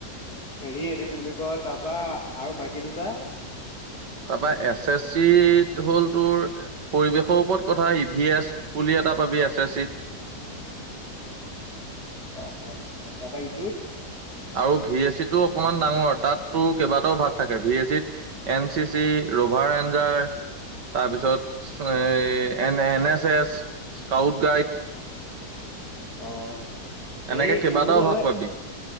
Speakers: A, on the left; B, on the right.
A: হেৰি এইটো কি বুলি কয় তাৰপা আৰু বাকী দুটা
B: তাৰপা এছ এছ চি তো হ'ল তোৰ পৰিৱেশৰ ওপৰত কথা ই ভি এছ বুলি এটা পাবি এছ এছ চি ত
A: অ অ তাৰাপা ইটোত
B: আৰু ভি এছচিটো অকণমান ডাঙৰ তাততো কেইবাটাও ভাগ থাকে ভি এছ চিত N C C rover ranger তাৰপিছত এন এনে এছ এছ স্কাউট গাইড
A: অ হেৰি
B: এনেকে কেইবাটাও
A: কোনটো ললে
B: ভাগ পাবি